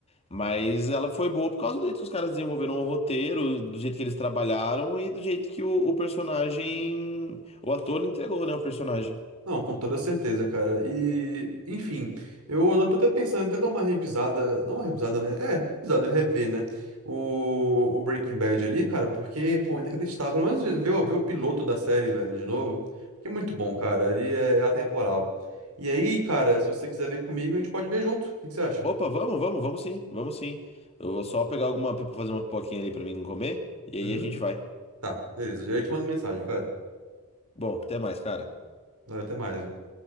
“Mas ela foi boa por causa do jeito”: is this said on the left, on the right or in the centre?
Left